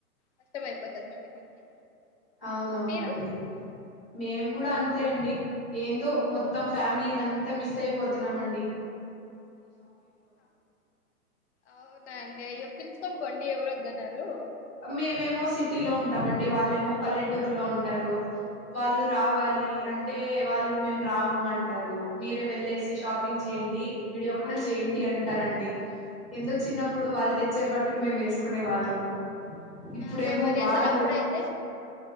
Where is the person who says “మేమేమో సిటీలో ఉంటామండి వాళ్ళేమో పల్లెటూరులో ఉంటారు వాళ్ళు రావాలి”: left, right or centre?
Centre